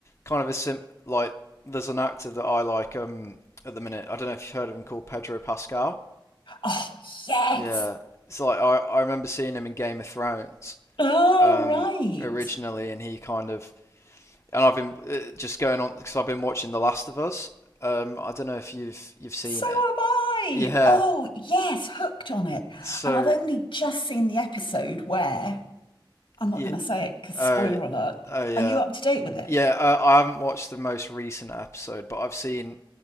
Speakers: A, on the left (about 35°); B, on the left (about 75°).
A: kind of a sim like there's an actor that I like um at the minute. I don't know if you've heard of him called Pedro Pascal.
B: Oh, yes.
A: Yeah. It's like I, I remember seeing him in Game of Thrones
B: Oh,
A: um
B: right.
A: originally and he kind of and I've been uh, just going on because I've been watching The Last of Us. Um I don't know if you've you've seen
B: So am
A: it.
B: I.
A: Yeah.
B: Oh, yes, hooked on it.
A: So
B: And I've only just seen the episode where I'm not
A: yeah,
B: going to say it because
A: oh
B: spoiler alert.
A: oh yeah.
B: Are you up to date with it?
A: Yeah, I, I haven't watched the most recent episode, but I've seen.